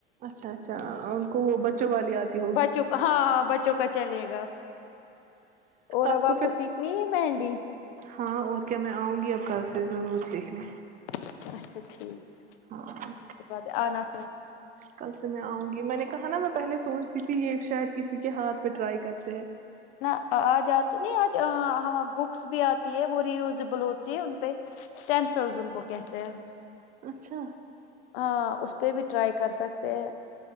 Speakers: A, on the right; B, on the left.
A: اچھا اچھا ان کو وہ بچ چ والی آتی ہوگی
B: بچوں کا ہاں بچوں کا چلے گا اور اب
A: آپ کو پھر
B: سیکھنی ہے مہندی
A: ہاں اور کیا میں آؤں گی اب کل سے ضرور سیکھنے
B: اچھا ٹھیک
A: ہاں
B: آ اھ <inaudible>
A: کل سے میں آؤں گی میں نے کہا نا میں پہلے سوچتی تھی یہ شاید کسی کے ہاتھ پہ ٹرائی کر <inaudible>
B: نہ آج آتا نہیں آج بکس بھی آتی ہے وہ ریوزبل ہوتی ہے ان پہ اسٹینسل ان کو کہتے ہیں
A: اچھا
B: ہاں اس پہ بھی ٹرائی کر سکتے ہیں